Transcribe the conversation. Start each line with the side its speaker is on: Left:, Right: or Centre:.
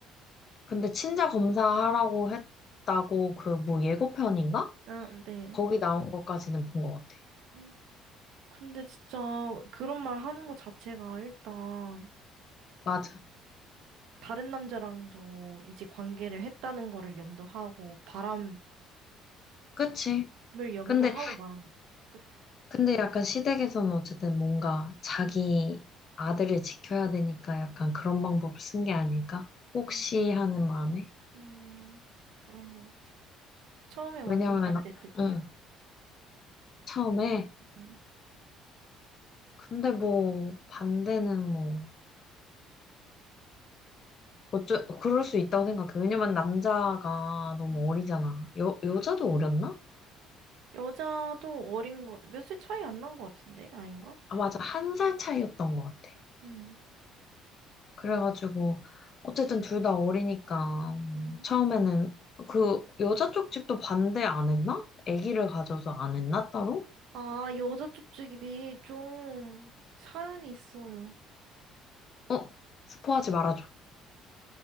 Left: 근데 친자 검사하라고 했다고 그 뭐 예고편인가?
Right: 응 네.
Left: 거기 나온 것까지는 본 것 같아.
Right: 음, 근데 진짜 그런 말 하는 것 자체가 일단
Left: 맞아.
Right: 다른 남자랑도 이제 관계를 했다는 거를 염두하고 바람을
Left: 그치?
Right: 염두하고
Left: 근데,
Right: 말한 거죠. 그치?
Left: 근데 약간 시댁에서는 어쨌든 뭔가 자기
Right: 음.
Left: 아들을 지켜야 되니까 약간 그런 방법을 쓴 게 아닐까? 혹시
Right: 음,
Left: 하는 마음에?
Right: 음, 그런 것 같아요. 처음에 완전
Left: 왜냐면,
Right: 반대됐대요.
Left: 응, 처음에.
Right: 음,
Left: 근데 뭐, 반대는 뭐. 어쩌, 그럴 수 있다고 생각해. 왜냐면 남자가 너무
Right: 음.
Left: 어리잖아. 여, 여자도 어렸나?
Right: 여자도 어린 것, 같아. 몇 살 차이 안 난 것 같은데? 아닌가?
Left: 아, 맞아. 한 살 차이였던 것 같아.
Right: 음.
Left: 그래가지고, 어쨌든 둘 다 어리니까, 뭐
Right: 음.
Left: 처음에는 그 여자 쪽 집도 반대 안 했나? 아기를 가져서 안 했나, 따로?
Right: 아, 여자 쪽집이 좀 사연이 있어요.
Left: 어, 스포하지 말아줘.